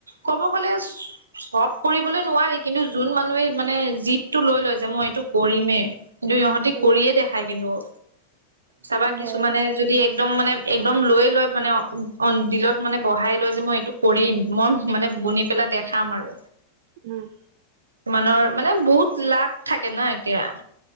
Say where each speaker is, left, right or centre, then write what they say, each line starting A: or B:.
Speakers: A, on the right; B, on the right.
A: ক'ব গলে চব কৰিবলৈ নোৱাৰি কিন্তু যোন মানুহে মানে জীতটো লৈ লয় যে মই এইটো কৰিমেই। কিন্তু ইহঁতি
B: উম
A: কৰিয়ে দেখায় কিন্তু। চাবা
B: সেইটো
A: কিছুমানে
B: হয়।
A: যদি এক। একদম মানে একদম লৈ লৈ মানে বিলত মানে বঢ়াই লৈ যে মই এইটো কৰিম মই মানে বনি পেলাই দেখাম আৰু।
B: উম।
A: কিমানৰ মানে বহুত লাখ। থাকে ন এতিয়া